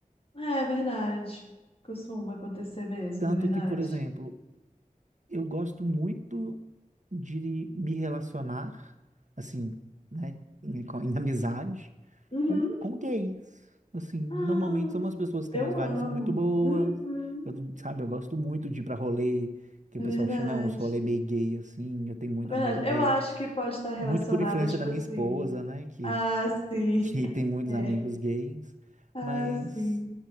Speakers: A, on the left (about 40°); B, on the right (about 60°).
A: É é verdade. Costuma acontecer mesmo,
B: Tanto
A: é verdade.
B: que, por exemplo, eu gosto muito de me relacionar, assim, né, em, com- em amizade,
A: Uhum.
B: com, com gays. Assim,
A: Ah,
B: normalmente são umas pessoas que
A: eu
B: têm umas vibes
A: amo.
B: muito boas.
A: Uhum.
B: Eu, sabe, eu gosto muito de ir pra rolê, que o
A: É
B: pessoal
A: verdade.
B: chama né, uns rolê meio gay, assim. Eu tenho muito
A: É
B: amigo
A: verdade. Eu
B: gay.
A: acho que pode estar relacionada,
B: Muito por influência
A: tipo
B: da minha
A: assim.
B: esposa, né, que
A: Ah, sim.
B: que tem muitos
A: É.
B: amigos gays,
A: Ah,
B: mas
A: sim.